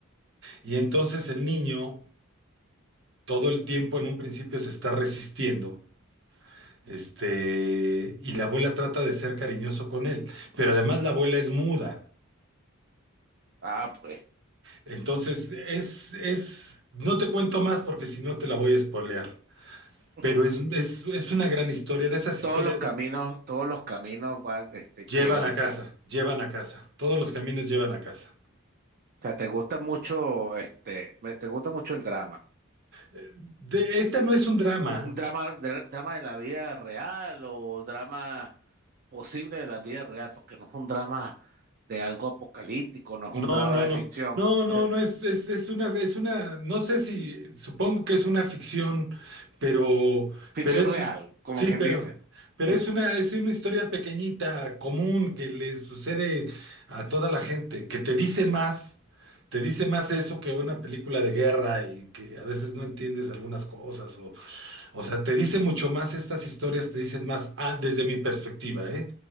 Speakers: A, on the right; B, on the right.
A: Y entonces el niño todo el tiempo en un principio se está resistiendo. Este, y la abuela trata de ser cariñoso con él, pero además la abuela es muda.
B: Ah, pues.
A: Entonces, es, es, no te cuento más porque si no te la voy a spoilear,
B: <laughs>
A: pero es, es, es una gran historia, de esas
B: todos
A: historias
B: los caminos, todos los caminos van, este,
A: llevan
B: llegan
A: a
B: a
A: casa,
B: casa.
A: llevan a casa, todos los caminos llevan a casa.
B: O sea, te gusta mucho, este, me- te gusta mucho el drama.
A: Eh, de- esta no es un drama,
B: Un drama, de, drama de la vida real o drama posible de la vida real, porque no es un drama de algo apocalíptico, no es
A: No,
B: un drama
A: no,
B: de
A: no.
B: ficción,
A: No, no,
B: de
A: no, es, es, es una, es una, no sé si, supongo que es una ficción, pero,
B: ficción
A: pero es,
B: real, como
A: sí,
B: quien
A: pero,
B: dice.
A: pero
B: Fi-
A: es una, es una historia pequeñita, común, que le sucede a toda la gente, que te dice más, te dice más eso que una película de guerra y que a veces no entiendes algunas cosas o, o sea, te dice mucho más, estas historias te dicen más, ah, desde mi perspectiva, ¿eh?